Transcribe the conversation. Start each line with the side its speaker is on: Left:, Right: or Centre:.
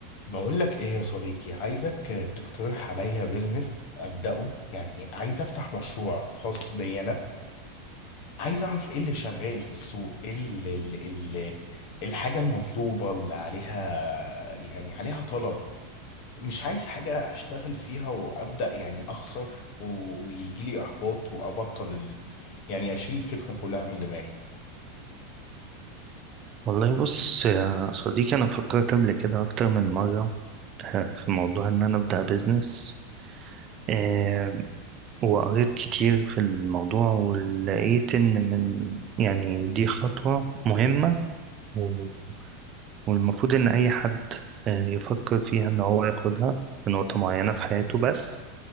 Left: بقول لك ايه يا صديقي عايزك تقترح عليا بيزنس ابداه يعني عايز افتح مشروع خاص بي انا عايز اعرف ايه اللي شغال في السوق ايه اللي اللي الحاجه المطلوبه اللي عليها يعني عليها طلب مش عايز حاجه اشتغل فيها وابدا يعني اخسر ويجي لي احباط وابطل يعني اشيل الفكره كلها من دماغي
Right: والله بص يا صديقي أنا فكرت قبل كده أكتر من مرة آه، في موضوع إن أنا أبدأ بيزنس آه، وقريت كتير في الموضوع ولقيت إن من يعني دي خطوة مهمة و- والمفروض إن أي حد آه، يفكر فيها إن هو ياخدها في نقطة معينة في حياته بس